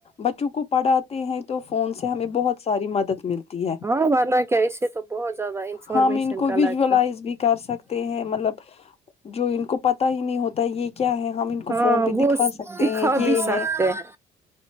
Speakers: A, on the left; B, on the right.
A: بچوں کو پڑھاتے ہیں تو فون سے ہمیں بہت ساری مدد ملتی ہے
B: ہاں ورنہ کیا اسے تو بہت زیادہ انفارمیشن
A: ہم ان کو
B: کلیکٹ
A: ویژولائز بھی کر ہیں مطلب جو ان کو پتا ہی نہیں ہوتا یہ کیا ہے ہم اس کو
B: ہاں
A: فون پہ
B: وہ
A: دکھا سکتے
B: دکھا
A: ہیں یہ
B: بھی سکتے
A: ہے
B: ہیں